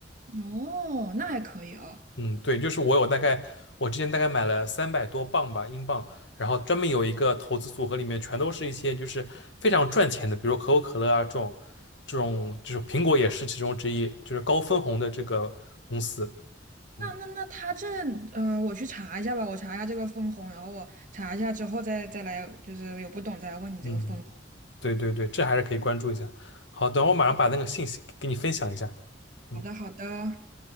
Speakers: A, on the right (about 45°); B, on the left (about 75°).
A: 哦，那还可以啊。
B: 嗯，对，就是我有大概，我之前大概买了三百多磅吧，英镑，然后专门有一个投资组合，里面全都是一些就是非常赚钱的，比如可口可乐啊这种，这种就是苹果也是其中之一，就是高分红的这个公司。嗯。
A: 那那那它这呃，我去查一下吧，我查一下这个分红，然后我查一下之后再再来，就是有不懂再来问你这个分红。
B: 嗯。对对对，这还是可以关注一下。好，等我马上把那个信息给你分享一下。嗯。
A: 好的，好的。